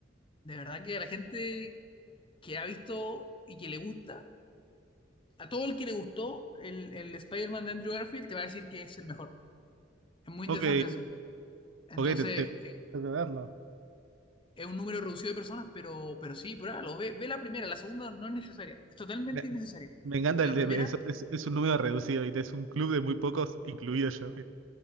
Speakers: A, on the left; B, on the right.
A: de verdad que a la gente que ha visto y que le gusta, A todo el que le gustó el, el Spider-Man de Andrew Garfield te va a decir que es el mejor. Es muy
B: Ok,
A: interesante eso. Entonces,
B: ok, te- te-
A: eh,
B: tengo que verlo.
A: es un número reducido de personas, pero, pero sí, pruébalo. Ve, ve la primera, la segunda no es necesaria. Es totalmente
B: Me,
A: innecesaria.
B: me encanta
A: Pero
B: el
A: la
B: de-
A: primera,
B: es, es- es un número reducido, ¿viste? Es un club de muy pocos, incluido yo,